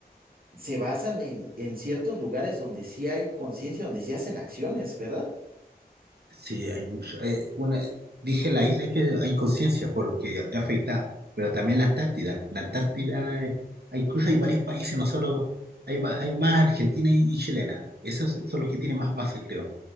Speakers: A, on the right; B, on the right.
A: se basan en, en ciertos lugares donde sí hay conciencia, donde sí hacen acciones, ¿verdad?
B: Sí, hay mucho. eh, bueno, eh, dije la isla que hay conciencia porque afecta, pero también la Antártida. La Antártida, eh, hay- incluso hay varios países, no solo hay, va- hay más Argentina y, y chilena. Esos son los que tienen más bases, creo.